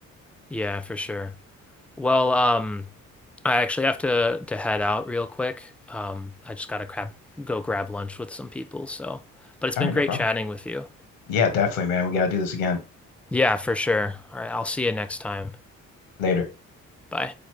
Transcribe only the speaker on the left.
All
right,
no problem.
Yeah, definitely, man. We gotta do this again
later.